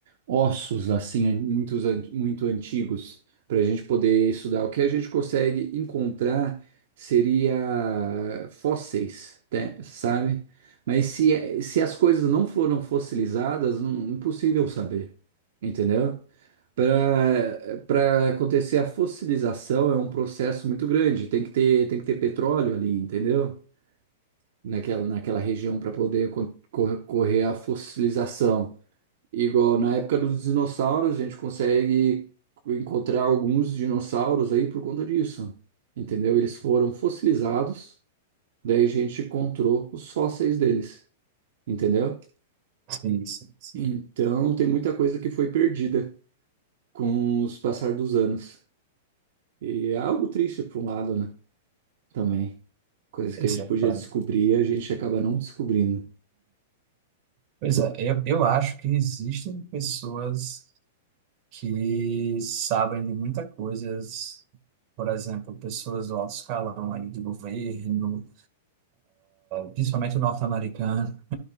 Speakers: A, on the right (about 70°); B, on the right (about 45°).
A: ossos assim, muitos, an- muito antigos, para a gente poder estudar. O que a gente consegue encontrar seria fósseis, né, sabe? Mas se, se as coisas não foram fossilizadas, não, impossível saber, entendeu? Para para acontecer a fossilização é um processo muito grande. Tem que ter, tem que ter petróleo ali, entendeu? Naquela, naquela região para poder co- co- correr a fossilização. Igual na época dos dinossauros, a gente consegue encontrar alguns dinossauros aí por conta disso, entendeu? Eles foram fossilizados, daí a gente encontrou os fósseis deles, entendeu?
B: Sim, sim, sim.
A: Então tem muita coisa que foi perdida com os passar dos anos. E é algo triste por um lado, né? Também. Coisas
B: Isso
A: que a gente
B: é
A: podia
B: claro.
A: descobrir, a gente acaba não descobrindo.
B: Pois é, eu, eu acho que existem pessoas que sabem de muitas coisas, por exemplo, pessoas do alto escalão aí do governo, principalmente o norte-americano,